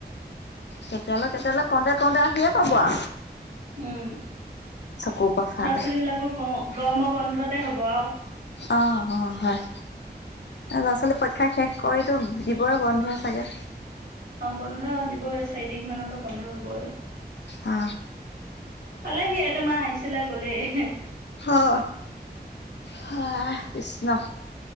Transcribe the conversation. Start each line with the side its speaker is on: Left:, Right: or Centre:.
Left: কেতিয়ালৈ কেতিয়ালৈ কওঁতে কওঁতে আহিয়ে পাব আ।
Right: উম
Left: চকুৰ পচাতে
Right: ল'ৰা-ছোৱালীবিলাকৰ গ গৰম বন্ধতে হব আও।
Left: অ অ হয় ল'ৰা ছোৱালী খাই শেষ কৰিতো দিবই বন্ধ চাগে।
Right: অ বন্ধ দিবই চাৰি তাৰিখ মানৰ পৰা বন্ধ হবই।
Left: অ
Right: পালেহি সি তোমাৰ আহিছিলে গ'লেই হে
Left: অ হা কৃষ্ণ